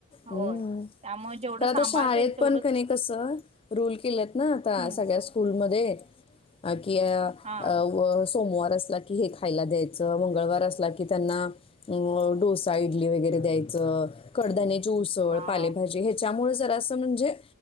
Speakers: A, on the right; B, on the left.
A: होय
B: हम्
A: त्यामुळे जेवढं
B: खरं
A: सांभाळता
B: आता शाळेत
A: येईल तेवढंच
B: पण क कसं रूल केलेत ना आता
A: हम्म
B: सगळ्या स्कूलमध्ये. <inaudible> किया
A: हा
B: आवर. सोमवार अस ला की हे खायला द्यायच मंगळवार असला की त्यांना डोसा. वगैरे द्यायच, कडदा. जुसळ
A: हा
B: पालेभाजी ह्याच्यामुळे. जरासं म्हणजे,